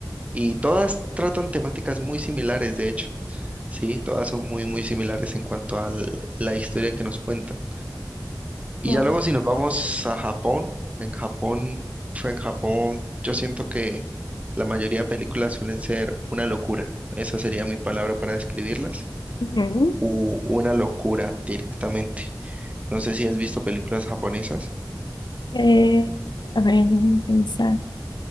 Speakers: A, on the right; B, on the left.
A: Y todas tratan temáticas muy similares, de hecho. Sí, todas son muy, muy similares en cuanto a la historia que nos cuentan. Y
B: No.
A: ya luego si nos vamos a Japón, en Japón, fue en Japón, yo siento que la mayoría de películas suelen ser una locura. Esa sería mi palabra para describirlas.
B: Ujú.
A: U una locura directamente. No sé si has visto películas japonesas.
B: Eh, a ver, déjame pensar.